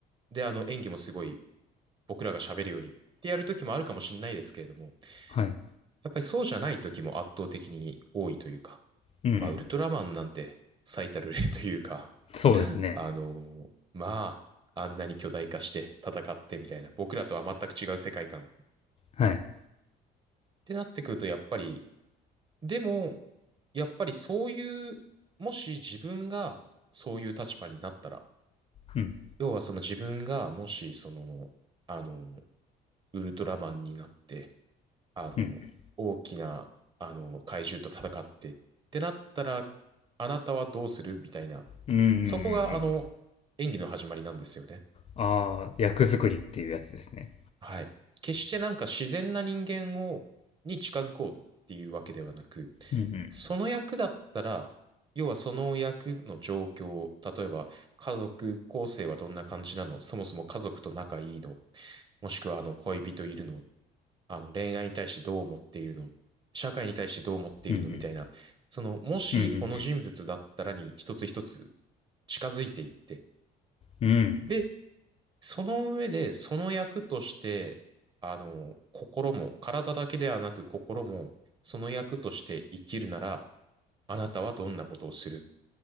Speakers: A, on the right; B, on the left.
A: で、あの演技もすごい僕らが喋るよりってやる時もあるかもしれないですけれども、
B: はい。
A: やっぱりそうじゃない時も圧倒的に多いというか、
B: うん。
A: まあ、ウルトラマンなんて最たる例というか、
B: そうですね。
A: あのーまあ、あんなに巨大化して戦ってみたいな、僕らとは全く違う世界観っ
B: はい。
A: てなってくると、やっぱり、でも、やっぱりそういう、もし自分がそういう立場になったら、
B: うん。
A: 要はその自分がもしその、あの、ウルトラマンになって、あの、
B: うん。
A: 大きな、あの、怪獣と戦ってってなったら、あなたはどうするみたいな、
B: うんうんうんう
A: そこが、あの、
B: ん。
A: 演技の始まりなんですよね。
B: ああ、役作りっていうやつですね。
A: はい。決してなんか自然な人間を、に近づこうっていうわけではなく、
B: うんうん。
A: その役だったら、要はその役の状況、例えば家族構成はどんな感じなの、そもそも家族と仲いいの、もしくはあの恋人いるのっあの恋愛に対してどう思っているの、社会に対してどう思っているのみたいな、
B: うん
A: その、もしこの人物だったらに一つ一つ
B: うん。うん
A: 近づいていって、
B: うんうん。
A: で、その上で、その役として、あの、心も、体だけではなく心も、その役として生きるなら、あなたはどんなことをするっ